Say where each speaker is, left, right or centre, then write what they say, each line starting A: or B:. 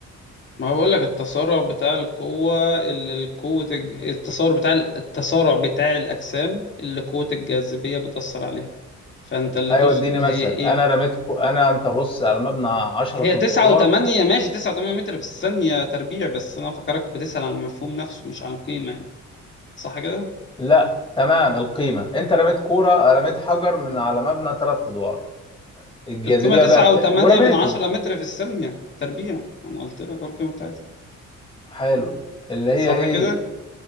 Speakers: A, on the left; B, on the left.
A: ما هو بقول لك التسارع بتاع القوة اللي القوة الج- التسارع بتاع ال- التسارع بتاع الأجسام اللي قوة الجاذبية بتأثر عليها فأنت اللي
B: ايوه
A: تقصد
B: اديني مثل
A: هي إيه
B: انا رميتكو انا انت بص على مبنى عشرة
A: هي تسعة
B: ادوار
A: وتمانية ماشي تسعة وتمانية متر في الثانية تربيع بس أنا فكرك بتسأل عن المفهوم نفسه مش عن القيمة يعني صح كده؟
B: لا تمام القيمه انت رميت كوره رميت حجر من على مبنى ثلاث ادوار الجاذبيه
A: القيمة تسعة
B: بقى بت...
A: وتمانية
B: ورميته
A: من عشرة متر في الثانية تربيع أنا قلت لك أهو القيمة بتاعتها
B: حلو اللي هي
A: صح
B: ايه
A: كده؟